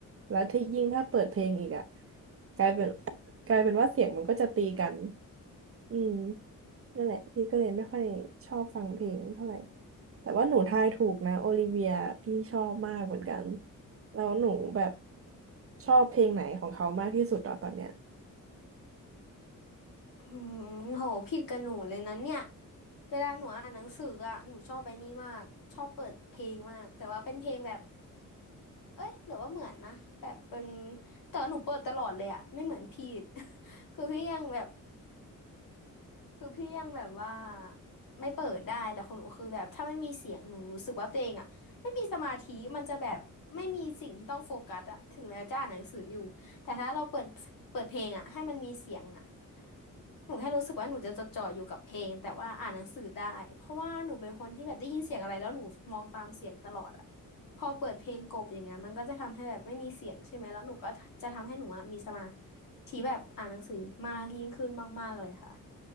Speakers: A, on the right; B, on the left.
A: แล้วที่ยิ่งถ้าเปิดเพลงอีกอ่ะ กลายเป็นกลายเป็นว่าเสียงมันก็จะตีกัน อืมนั่นแหละพี่ก็เลยไม่ค่อยชอบฟังเพลงเท่าไหร่แต่ว่าหนูทายถูกนะโอลิเวียพี่ชอบมากเหมือนกันแล้วหนูแบบชอบเพลงไหนของเขามากที่สุดเ่อตอนเนี้ย
B: อืมโหผิดกับหนูเลยนะเนี่ย เวลาหนูอ่านหนังสืออ่ะหนูชอบไปนี่มากชอบเปิดเพลงมากแต่ว่าเป็นเพลงแบบเอ้ยหรือว่าเหมือนนะแบบเป็นแต่ว่าหนูเปิดตลอดเลยอ่ะไม่เหมือนพี่ <laughs> คือพี่ยังแบบ คือพี่ยังแบบว่าไม่เปิดได้แต่ของหนูคือแบบถ้าไม่มีเสียงหนูรู้สึกว่าตัวเองอะไม่มีสมาธิมันจะแบบไม่มีสิ่งที่ต้องโฟกัสอะถึงแม้จะอ่านหนังสืออยู่แต่ถ้าเราเปิดเปิดเพลงอะให้มันมีเสียงอะหนูแค่รู้สึกว่าหนูจะจดจ่ออยู่กับเพลงแต่ว่าอ่านหนังสือได้เพราะว่าหนูเป็นคนที่แบบได้ยินเสียงอะไรแล้วหนูมองตามเสียงตลอดอะพอเปิดเพลงกลบอย่างเงี้ยมันก็จะทำให้แบบไม่มีเสียงใช่ไหมแล้วหนูก็จะทำให้หนูอะมีสมาธิแบบอ่านหนังสือมากยิ่งขึ้นมากๆเลยค่ะ